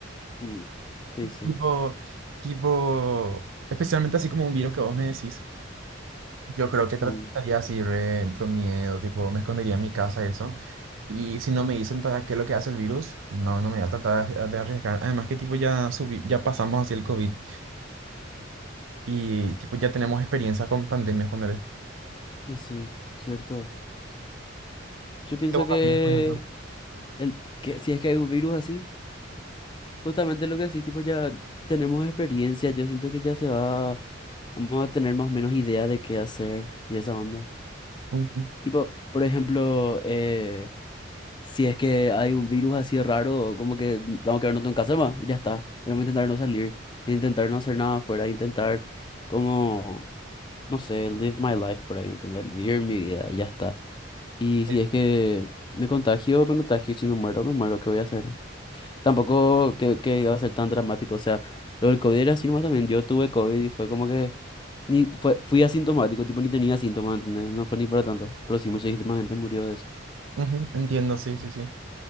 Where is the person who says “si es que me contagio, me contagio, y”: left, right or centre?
Left